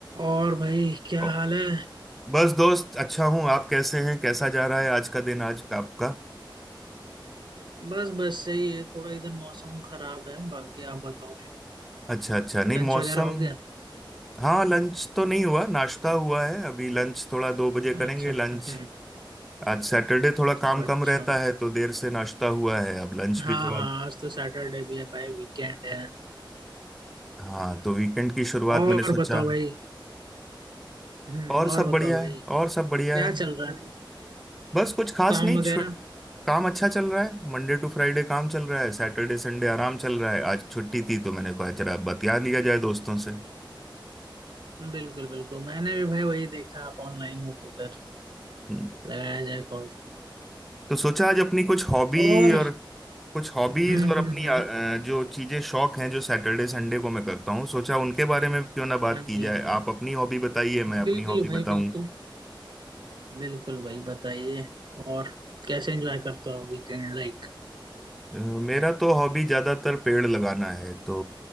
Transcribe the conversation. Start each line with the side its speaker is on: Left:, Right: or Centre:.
Right: और भाई क्या
Centre: ओ,
Right: हाल है
Centre: बस दोस्त अच्छा हूँ आप कैसे हैं कैसा जा रहा है आज का दिन आज का आपका
Right: बस बस सही है थोड़ा इधर मौसम खराब है बाकी आप बताओ
Centre: अच्छा अच्छा नहीं
Right: लंच
Centre: मौसम
Right: वगैरह हो गया
Centre: हाँ लंच तो नहीं हुआ नाश्ता हुआ है अभी लंच थोड़ा दो बजे
Right: अच्छा
Centre: करेंगे लंच
Right: अच्छा हम्म
Centre: आज सैटरडे थोड़ा काम
Right: अच्छा
Centre: कम रहता है तो देर से नाश्ता हुआ है अब लंच
Right: हाँ
Centre: भी थोड़ा
Right: हाँ आज तो सैटरडे भी है भाई वीकेंड है
Centre: हाँ तो वीकेंड की शुरुआत
Right: और
Centre: मैंने सोचा
Right: बताओ भाई हम्म
Centre: और सब
Right: और
Centre: बढ़िया
Right: बताओ
Centre: है
Right: भाई
Centre: और सब बढ़िया
Right: क्या
Centre: है
Right: चल रहा है
Centre: बस कुछ खास
Right: काम
Centre: नहीं
Right: वगैरह
Centre: छुट काम अच्छा चल रहा है मंडे टू फ्राइडे काम चल रहा है सैटरडे संडे आराम चल रहा है आज छुट्टी थी तो मैंने कहा जरा बतिया लिया जाए दोस्तों से
Right: बिल्कुल बिल्कुल मैंने भी भाई वही देखा आप ऑनलाइन हो तो फिर
Centre: हम्म।
Right: लगाया जाए कॉल
Centre: तो सोचा आज अपनी कुछ हॉबी
Right: और
Centre: और कुछ हॉबीज
Right: हम्म
Centre: और
Right: हम्म
Centre: अपनी
Right: हम्म
Centre: अ, जो चीजें शौक हैं जो सैटरडे संडे को मैं करता हूँ सोचा उनके बारे में क्यों ना बात
Right: हाँ
Centre: की
Right: जी
Centre: जाए
Right: हाँ जी हाँ
Centre: आप
Right: जी
Centre: अपनी हॉबी बताइए मैं अपनी
Right: बिल्कुल
Centre: हॉबी
Right: भाई
Centre: बताऊं
Right: बिल्कुल बिल्कुल भाई बताइए और कैसे एंजॉय करते हो वीकेंड लाइक
Centre: अ, मेरा तो हॉबी ज्यादातर पेड़ लगाना है तो